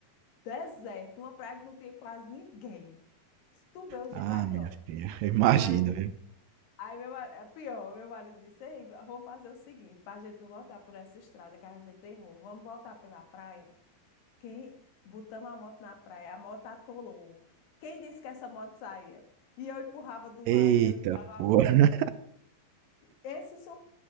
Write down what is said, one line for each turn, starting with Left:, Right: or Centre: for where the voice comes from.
Left: deserto, uma praia que não tinha quase ninguém. Se tu vê o jeito,
Right: Ah,
Left: aí pronto.
Right: minha filha, <laughs> eu imagino,
Left: Meu marido
Right: viu?
Left: Aí meu marido, é pior, meu marido disse, Ei, vamos fazer o seguinte, para a gente não voltar por essa estrada que a gente errou, vamos voltar pela praia. Quem botamos a moto na praia, a moto atolou. Quem disse que essa moto saía? E eu empurrava de um
Right: Eita,
Left: lado e ele ligava
Right: porra.
Left: a moto. Esse, suf...